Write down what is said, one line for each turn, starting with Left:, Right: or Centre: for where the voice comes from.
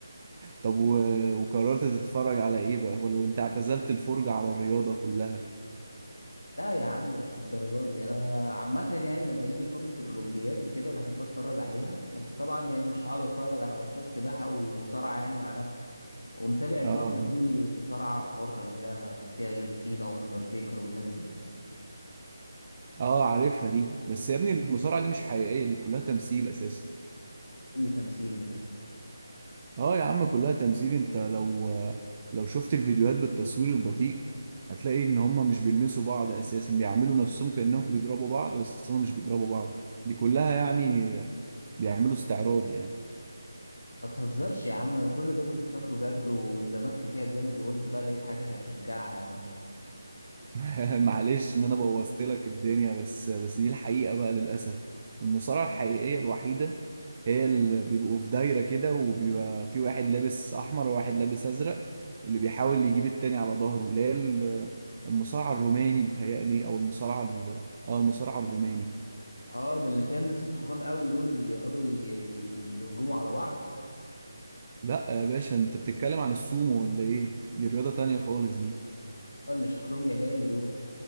Right: طب و... وقررت تتفرج على ايه بقى ولا انت اعتزلت الفرجة على الرياضة كلها
Left: لا يا عم مش للدرجة دي أنا عامة يعني لما يجي فترة الأولمبيات وكده بحب أتفرج عليها بس طبعا يعني مش هقعد أتفرج على ماتشات سباحة ومصارعة يعني مع نفسي ومتابع الفترة
Right: اه
Left: دي مصارعة حرة اللي هي فيها جون سينا واندرتيكر والناس دي
Right: اه عارفها دي بس يا ابني المصارعة دي مش حقيقية دي كلها تمثيل اساسا
Left: إيه اللي تمثيل ده
Right: اه يا عم كلها تمثيل انت لو لو شفت الفيديوهات بالتصوير البطيء هتلاقي ان هما مش بيلمسوا بعض اساسا بيعملوا نفسهم كأنهم بيضربوا بعض بس هما مش بيضربوا بعض دي كلها يعني بيعملوا استعراض يعني
Left: ما تهزرش يا عم انا كل ده كنت فاكره جد واندمجت فيها جامد وقلت بقى لقيت حاجة عشان اشجعها يا عم
Right: <laughs> معلش ان انا بوظت لك الدنيا بس بس دي الحقيقة بقى للأسف المصارعة الحقيقية الوحيدة هي اللي بيبقوا في دايرة كده وبيبقى في واحد لابس أحمر وواحد لابس أزرق واللي بيحاول يجيب التاني على ظهره اللي هي ال- المصارعة الروماني بيتهيألي أو المصارعة ال- أو المصارعة الروماني
Left: اه ده اللي فيها الناس التخان قوي دول اللي بيقعدوا ي- ي- يهجموا على بعض
Right: لا يا باشا أنت بتتكلم عن السومو ولا إيه؟ دي رياضة تانية خالص دي
Left: اه اللي شكلهم ياباني دول